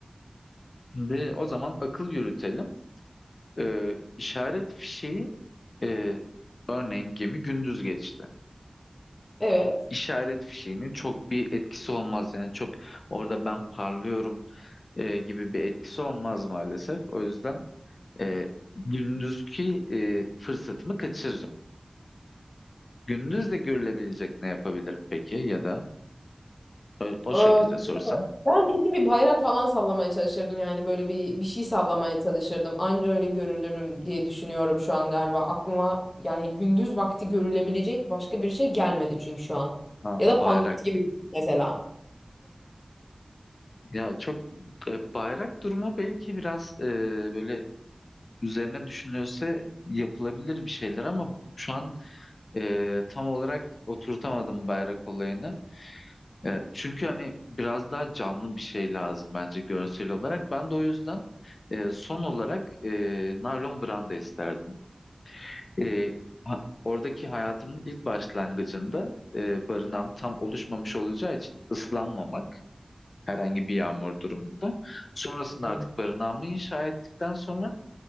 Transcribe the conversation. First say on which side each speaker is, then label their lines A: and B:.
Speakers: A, on the left (about 85°); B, on the left (about 40°).
A: Şimdi o zaman akıl yürütelim. Ee, işaret fişeği e, örneğin gemi gündüz geçti.
B: Evet.
A: İşaret fişeğinin çok bir etkisi olmaz yani çok orada ben parlıyorum e, gibi bir etkisi olmaz maalesef. O yüzden e, gündüzki e, fırsatımı kaçırırım. Gündüz de görülebilecek ne yapabilirim peki ya da ö- o,
B: Aa,
A: şekilde
B: çok
A: sorsam.
B: güzel. Ben kesin bir bayrak falan sallamaya çalışırdım yani böyle bir bir şey sallamaya çalışırdım. Anca öyle görülürüm diye düşünüyorum şu an galiba. Aklıma yani gündüz vakti görülebilecek başka bir şey gelmedi çünkü şu an.
A: Ha,
B: Ya
A: bayrak.
B: da pankart gibi bir şey mesela.
A: Ya çok e, bayrak durumu belki biraz e, böyle üzerine düşünülse yapılabilir bir şeyler ama şu an e, tam olarak oturtamadım bayrak olayını. E, çünkü hani biraz daha canlı bir şey lazım bence görsel olarak. Ben de o yüzden e, son olarak e, naylon branda isterdim. E, ha- oradaki hayatımın ilk başlangıcında e, barınağım tam oluşmamış olacağı için ıslanmamak herhangi bir yağmur durumunda. Sonrasında
B: Hmm.
A: artık barınağımı inşa ettikten sonra